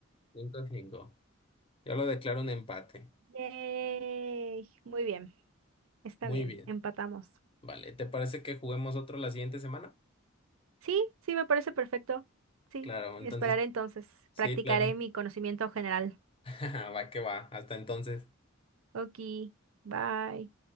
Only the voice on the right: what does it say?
Yay. Muy bien, está
bien,
empatamos.
Sí, sí, me parece perfecto. Sí,
esperaré entonces.
Practicaré
mi conocimiento general.
Ok, bye.